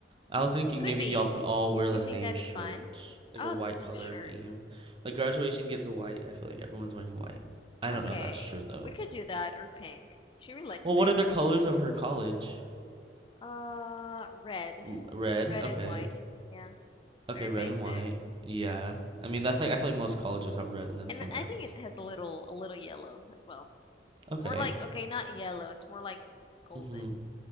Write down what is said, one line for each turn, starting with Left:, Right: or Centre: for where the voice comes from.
Right: I was thinking
Left: could
Right: maybe
Left: be.
Right: y'all could all wear
Left: Do
Right: the
Left: you think
Right: same
Left: that'd
Right: shirt,
Left: be fun?
Right: like
Left: Oh,
Right: a white
Left: the same
Right: color
Left: shirt.
Right: theme. Like graduation gives a white. I feel like everyone's wearing white. I
Left: Okay,
Right: don't know if that's true though.
Left: we could do that or pink. She really likes
Right: Well,
Left: pink.
Right: what are the colors of her college?
Left: Uh, red,
Right: L- Red.
Left: red
Right: Okay.
Left: and white. Yeah,
Right: Okay,
Left: very
Right: red
Left: basic.
Right: and white. Yeah. I mean, that's like I feel like most colleges have red in them
Left: And
Right: somewhere.
Left: I think it has a little a little yellow as well.
Right: Okay.
Left: More like okay, not yellow. It's more like golden.
Right: Mhm.